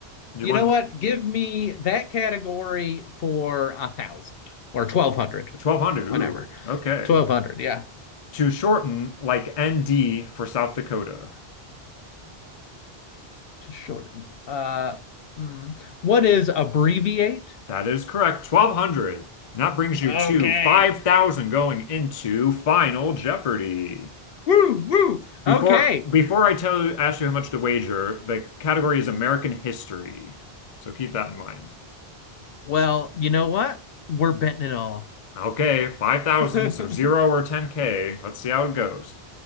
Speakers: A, on the left; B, on the left.
A: Do you
B: You
A: want
B: know what? Give me that category for a thousand or twelve hundred,
A: 1200?
B: whatever.
A: Ooh, okay.
B: Twelve hundred, yeah.
A: To shorten, like ND for South Dakota.
B: To shorten. Uh, mm, what is abbreviate?
A: That is correct. 1200. And that brings you
B: Okay.
A: to 5000 going into Final Jeopardy.
B: Woo, woo.
A: Before
B: Okay.
A: before I tell you, ask you how much to wager, the category is American history. So keep that in mind.
B: Well, you know what? We're betting it all.
A: Okay, 5000,
B: <laughs>
A: so 0 or 10k. Let's see how it goes.